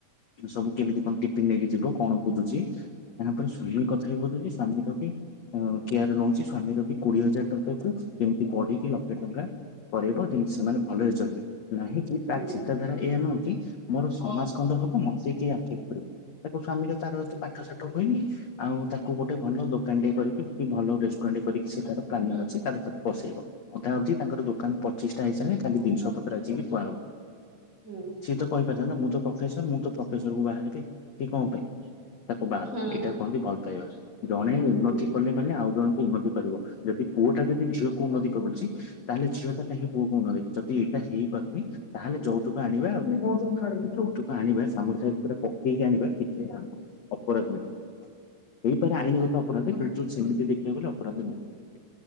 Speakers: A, on the left (about 55°); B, on the right (about 25°).
A: ସବୁ କେମିତି କଣ ଟିଫିନ ନେଇକି ଯିବ କଣ ବୁଝୁଛି, ତାପରେ ସ୍ୱାମୀ କଥା ବି ବୁଝୁଚି ସ୍ୱାମୀ ର ବି କେୟାର ନଉଛି, ସ୍ଵାମୀର ବି କୋଡିଏ ହଜାର ଟଙ୍କାକୁ କେମିତି ବଢିକି ଲକ୍ଷେ ଟଙ୍କା କରାଇବ ଯେମିତି ସେମାନେ ଭଲରେ ଚଳିବେ, ନାହିଁକି ତା
B: ହୁଁ
A: ଚିନ୍ତାଧାରା ଏୟା ନୁହଁ କି ମୋର ସମାସ୍ କନ୍ଦ ହବ, ମତେ କେହି ଆକ୍ଷେପ କରିବେନି ତା ସ୍ଵାମୀର ତାର ଏତେ ପାଠ ସାଠ ହୁଏନି ଆଉ ତାକୁ ଗୋଟେ ଭଲ ଦୋକାନ ଟେ କରିକି କି ଭଲ ରେଷ୍ଟୁରାଣ୍ଟ କରିକି ସେ ତାର ପ୍ଲାନିଂ ଅଛି ତାର ତାକୁ ବସେଇବ। ଅଧା ଅଧି ତାଙ୍କର ଦୋକାନ ପଚିସଷ୍ଟା ହେଇସାରିଲାଣି ଖାଲି ଜିନିଷ ପତ୍ର ଆିସିକି ଥୁଆ ହବ୍।
B: ହୁଁ।
A: ସିଏ ତ କହିପାରିଥାନ୍ତା ମୁଁ ତ ପ୍ରଫେସର ମୁଁ ତ ପ୍ରଫେସର କୁ ବାହା ହେବି, ସେ କଣ ପାଇଁ ତାକୁ ବାହା ହେଲା,
B: ହୁଁ
A: ଏଇଟାକୁ କୁହନ୍ତି ଭଲ ପାଇବା, ଜଣେ ଏନତି
B: ହୁଁ
A: କଲେ ମାନେ ଆଉ ଜଣଙ୍କୁ ଉନ୍ନତି କରିବ, ଯଦି ପୁଅଟା ଯଦି ଝିଅକୁ ଉନ୍ନତି କରୁଛି ତାହେଲେ ଝିଅଟା କାହିଁକି ପୁଅକୁ ଉନ୍ନତି, ଯଦି ଏଇଟା ହେଇପରୁନି ତାହେଲେ ଯୌତୁକ ଆଣିବା, ଆଉ ଯୌତୁକ ଆଣିବା ସାମୁସାରେ ପକେଇକି ଆଣିବା କିଛି ଅପରାଧ ନୁହଁ, ହେଇପାରେ ଆଇନଗତ ଅପରାଧ କିନ୍ତୁ ସେମିତି ଦେଖିବାକୁ ଗଲେ ଅପରାଧ ନୁହେଁ।